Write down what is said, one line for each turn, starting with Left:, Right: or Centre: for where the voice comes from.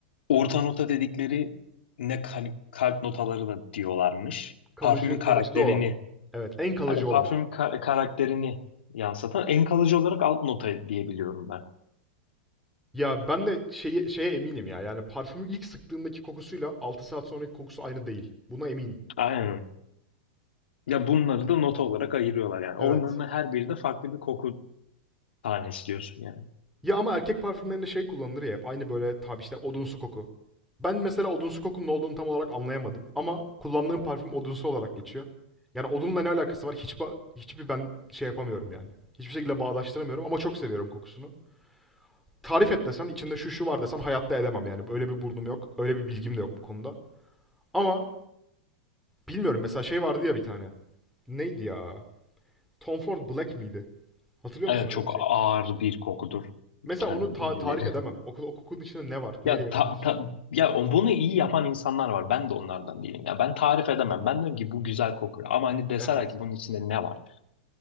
Left: Orta nota dedikleri ne hani kalp notaları da diyorlarmış.
Centre: Kalıcı,
Left: Parfümün karakterini
Centre: kalıcılığı olan. Evet, en kalıcı
Left: hani
Centre: olan.
Left: parfüm ka- karakterini yansıtan en kalıcı olarak alt nota diyebiliyorum ben.
Centre: Ya ben de şeye, şeye eminim ya. Yani parfümü ilk sıktığımdaki kokusuyla 6 saat sonraki kokusu aynı değil. Buna eminim.
Left: Aynen. Ya bunları da nota olarak ayırıyorlar yani.
Centre: Evet.
Left: Onların her biri de farklı bir koku tanesi diyorsun yani.
Centre: Ya ama erkek parfümlerinde şey kullanılır ya hep. Aynı böyle tabi işte odunsu koku. Ben mesela odunsu kokunun ne olduğunu tam olarak anlayamadım. Ama kullandığım parfüm odunsu olarak geçiyor. Yani odunla ne alakası var? Hiç ba- hiçbir ben şey yapamıyorum yani. Hiçbir şekilde bağdaştıramıyorum ama çok seviyorum kokusunu. tarif et desen içinde şu şu var desen hayatta edemem yani. Öyle bir burnum yok. Öyle bir bilgim de yok bu konuda. Ama bilmiyorum mesela şey vardı ya bir tane. Neydi ya? Tom Ford Black miydi? Hatırlıyor
Left: Evet
Centre: musun öyle
Left: çok
Centre: bir şey?
Left: ağır bir kokudur
Centre: Mesela
Left: kendileri.
Centre: onu ta- tarif edemem. O, o kokunun içinde ne var? Neyle
Left: Ya
Centre: yapılmış?
Left: ta, ta- ya o- bunu iyi yapan insanlar var. Ben de onlardan değilim. Ya ben tarif edemem. Ben diyorum ki bu güzel kokuyor. Ama hani deseler
Centre: Evet.
Left: ki bunun içinde ne var?